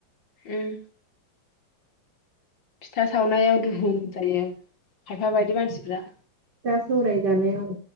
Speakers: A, on the left (about 70°); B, on the right (about 60°).
A: उम फिथा सावनायाव दुहुम जायो। खायफा बायदि मानसिफ्रा
B: जा सौराय जानायाव